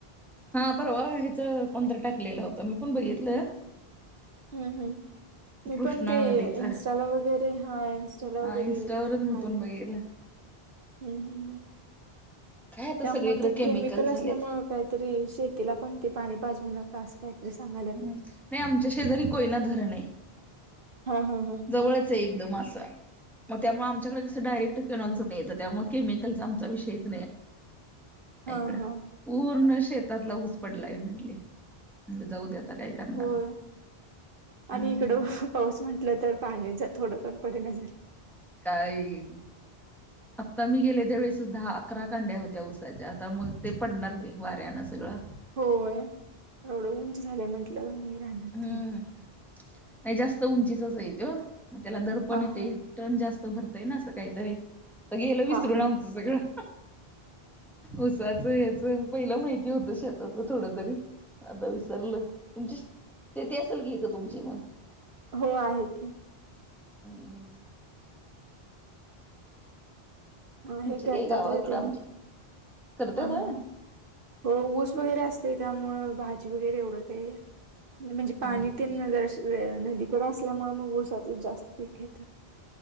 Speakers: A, in the centre; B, on the right (about 60°).
A: हा परवा हेच कोणतर टाकलेलं होतं मी पण बघितलं.
B: हम्म- हम्म. मी
A: कृष्णा
B: पण ते
A: नदीच
B: इन्स्टाला वगैरे हा इन्स्टाला
A: हा
B: वगैरे
A: इन्स्टावरच मी
B: आलेलं.
A: पण बघितलं
B: हम्म -हम्म -हम्म
A: काय आता
B: त्यामुळ
A: सगळीकडे
B: ते केमिकल
A: झालेत
B: असल्यामुळ काहीतरी शेतीला पण ते पाणी पाजवू नका असं काहीतरी सांगाय
A: हम्म नाही, आमच्या शेजारी कोयना धरण हे.
B: हा -हा- हा
A: जवळचये एकदम असं. मग त्यामुळे आमच्याकडे कस डायरेक्ट कनॉलचं पे येत त्यामुळ केमिकलचा आमचा विषयच नाही आय
B: हा
A: नाय इकड
B: हा
A: पूर्ण शेतातला ऊस पडलाय म्हटली, म्हणटल जाऊ दे आता काय करणार
B: होय
A: हम्म
B: आणि इकड पाऊस म्हटलं तर पाण्याच थोडं पण पडना झालय.
A: काइन <unintelligible> आत्ता मी गेले त्या वेळेसच दहा, अकरा कांड्या होत्या ऊसाच्या, आता मग ते पडणार गे वाऱ्यानं सगळं.
B: होय, एवढं उंच झालंय म्हंटल्याव नाही राहणार
A: हम्म
B: तेनी.
A: नाही जास्त उंचीचाच हाय तो, मग त्याला दर पण
B: हा
A: येतेय
B: हा
A: टन जास्त भरतय ना असं काहीतरी, आता गेलं विसरून
B: हा हा
A: आमचं सगळं. <inaudible> ऊसाचं हेच पहिला माहिती होत शेतातलं थोड तरी आता विस सरल तुमची श -शेती असल की इथं तुमची मग?
B: हो आहे की.
A: हम्म...
B: आहे,
A: आमची काही
B: करतात
A: गावाकडं
B: ग तेनी
A: आमच्या करत्यात
B: हा-
A: होय?
B: हा. हो, ऊस वगैरे असतय त्यामुळं भाजी वगैरे एवढं काही म्हणजे पाणी
A: हम्म.
B: ते न जर- नदीकडे असल्यामुळे मग ऊसाचच जास्त पीक घेत्यात.